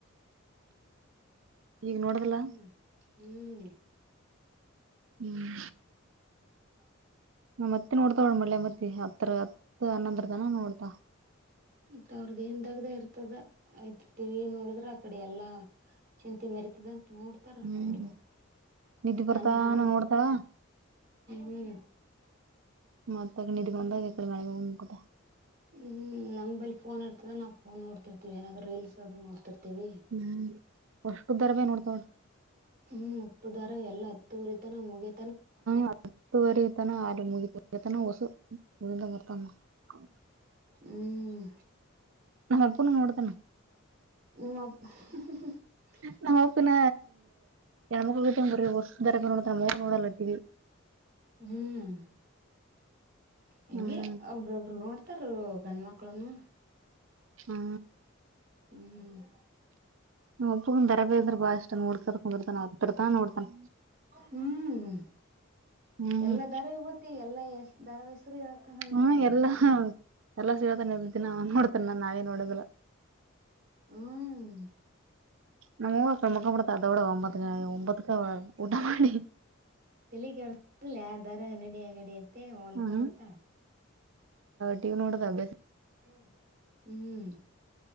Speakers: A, on the right (about 65°); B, on the right (about 50°).
A: ಈಗ ನೋಡ್ದಲ
B: ಹ್ಮ್ ಹ್ಮ್
A: ಹ್ಮ್
B: ಹ
A: ನ ಮತ್ತೆ ನೋಡ್ತಾ ಒಳ ಮಳ್ಳೆ ಮತ್ತ ಹತ್ರ ಹತ್ ಹನ್ನಂದ್ರದನ ನೋಡ್ತಾ
B: ಮ ಅವ್ರದ ಏನ್ ದಾಗ್ದ ಇರ್ತದ ಆಯ್ತ ಟಿವ ನೋಡಿದ್ರ ಆ ಕಡೆ ಎಲ್ಲಾ ಚಿಂತೆ ಮರಿತದಂತೆ ನೋಡ್ತಾರ
A: ಹ್ಮ್
B: ಅವರು
A: ನಿದ್ದಿ ಬರ್ತಾನ
B: ನಮ್ದಾದ್ರು
A: ನೋಡ್ತಾಳ
B: ಹ್ಮ್
A: ಮತ್ತ ನೀಿದ್ದಗಂದಾಗ ಕಡೆ ಮಾಡ ಮುದ
B: ಹ್ಮ್ ನಂಬಲ್ಲಿ ಫೋನ್ ಇರ್ತದ ನಾವುಫೋ ನೋಡ್ತಿರ್ತಿವಿ ಏನಾದ್ ರಲ್ಸ್ ಅದು ನೋಡ್ತಿರ್ತಿೀವಿ
A: ಹ್ಮ್ ಅಷ್ಟು ಧಾರಾವಾಹಿ ನೋಡ್ತಾಳ
B: ಹ್ಮ್ ಮುಟ್ಟುದಾರ ಎಲ್ಲ ತೂರಿತ ನ ಮುಗಗೆ
A: ಹತ್ತುವರೆತನ ಆ ಮುಗತನ ಹೊಸು ಬರ್ತ ಹ
B: ಹ್ಮ್
A: ಅಪ್ಪನು ನೋಡ್ತಾನ
B: ಹ <unintelligible>
A: ನಾ ಅಪ್ಪನ ಎ ಮಗ ಗ ಬರಿ ವಸ್ ನೋಡಗ ನೋಡಲ್ಲಟ್ಟಿವವಿ
B: ಹ್ಮ್ ಹೆಂಗೆ
A: ಹ್ಮ್
B: ಒಬ್ರೊಬ್ರು ನೋಡ್ತಾರ ಗಂಡ್ಮಕ್ಳನು
A: ಹ್ಮ
B: ಹ್ಮ್
A: ನಮ್ಮ ಅಪ್ಪಗನ ಧಾರಾವಾಹಿ ಅಂದ್ರ ಬಾಳ ಇಷ್ಟ ನೋಡ್ಕಂತ ಕುಂದರ್ತಾನ ಹತ್ತರ ತನ ನೋಡ್ತಾನ
B: ಹ್ಮ್
A: ಹ್ಮ್
B: ಎಲ್ಲ ದಾರ ತಿ ಎಲ್ಲ ಎಷ್ಟ ಧಾರಾವಾಹಿ ಹೆಸರು ಹೇಳ್ತಾರ ಅನಸ್ತದ
A: ಹ್ಮ್ ಎಲ್ಲಾ ಎಲ್ಲಾ ಸಿಗತೆ ದಿನ ನೋಡ್ತೇನೆ ನಾನ್ ನಾವೇ ನೋಡದಿಲ್ಲ
B: ಹ್ಮ್
A: ನಮ್ಮ್ ಊವ ಕ್ರಮಕ ಬಿಡ್ತ ಅದೋಡ ಒಂಬತ್ ಒಂಬತ್ಕ ಉಊಟ ಮಾಡಿ
B: ತೆಲುಗೆ ಅದರ ಅನ್ನಡಿ ಆಗಡಿ ಐತೆ ಹೊಲ್ಕೊಡ್ತಾಳ
A: ಹ್ಮ್ ಟಿವಿ ನೋಡ ಅಭ್ಯಾಸ
B: ಹ್ಮ ಹ್ಮ್